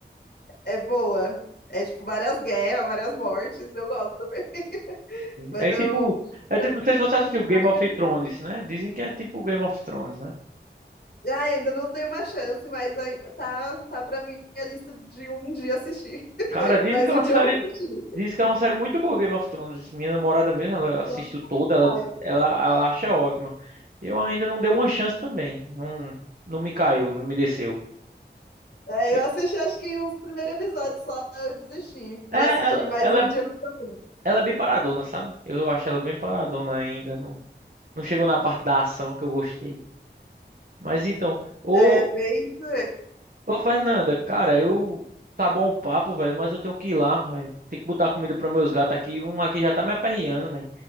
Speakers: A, on the left (about 65°); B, on the right (about 50°).
A: é boa. É tipo várias guerras, várias mortes, eu gosto também. Mas
B: É
A: eu
B: tipo, é tipo,
A: assim,
B: não sei se você
A: Peaky
B: assistiu
A: Blinders,
B: Game of Thrones, né? Dizem que é tipo Game of Thrones, né?
A: ai, ainda não dei uma chance, mas ai- tá tá para minha lista de um dia assistir. <laughs>
B: Cara, dizem
A: Mas
B: que é
A: um
B: uma
A: dia
B: série.
A: eu vou assistir.
B: Dizem que é uma série muito boa, Game of Thrones. Minha namorada mesmo, ela assistiu
A: Então,
B: toda, ela,
A: fala.
B: diz- ela, ela acha ótima. Eu ainda não dei uma chance também. Não, não me caiu, não me desceu.
A: É,
B: Eu-
A: eu assisti acho que os primeiros episódios só, eu desisti de
B: é,
A: assistir
B: ela,
A: mais
B: ela,
A: um
B: é,
A: dia. eu também.
B: ela é bem paradona, sabe? Eu acho ela bem paradona ainda. Não, não chegou na parte da ação que eu gostei. Mas então, ô,
A: É, bem isso aí.
B: ô Fernanda, cara, eu. Tá bom o papo, velho, mas eu tenho que ir lá, velho. Tem que botar comida para meus gatos aqui. Um aqui já tá me aperreando, velho.